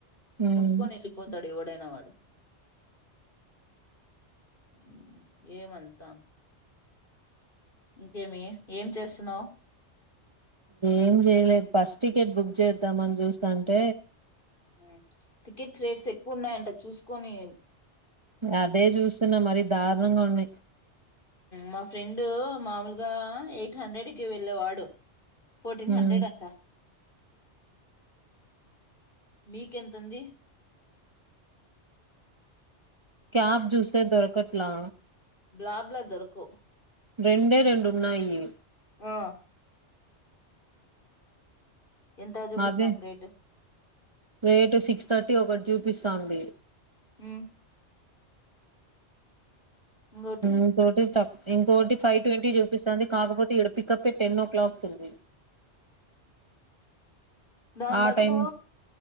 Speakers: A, on the right; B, on the left.
A: ఉమ్
B: ముస్కోనీ ఎల్లిపోతాడ్ ఎవడ్. డైన వాడు. ఉమ్ ఏమంతా ఇంకేమి ఏం చేస్తున్నావ్.
A: ఏం చేయలేద్ బస్ టికెట్ బుక్ చేద్దాంని చూస్తా అంటే.
B: ఉమ్. టికట్స్ రేట్స్ ఎక్కువ ఉన్నాయంటద్. చూసుకొని
A: అదే చూస్తున్నా మరి దారుణంగా ఉన్నాయి
B: మా ఫ్రెండు మాముూలుగా ఎయిట్ హండ్రెడ్ కి వెళ్ళేవాడు ఫోర్టీన్
A: ఉమ్
B: హండ్రెడ్ అంట మీకెంతంది
A: క్యాబ్ జూస దొరకట్లా
B: బ్లాబ్ల దొరుకు
A: రెండే రెండు ఉన్నాయి
B: ఆ ఎంత అజు బిస్
A: అదే
B: అంద రేట్
A: రేటు సిక్స్ థర్టీ ఒకటి చూపిస్తుాంది
B: అ ఇంకోటి
A: ఇంకోటి త ఇంకోటి ఫైవ్ ట్వంటీ చూపిస్తుంది కాకపోతే ఈక్కడ పికప్ టెన్ ఓ క్లాక్ సడి
B: దాని
A: ఆ
B: బదులు
A: టైమ్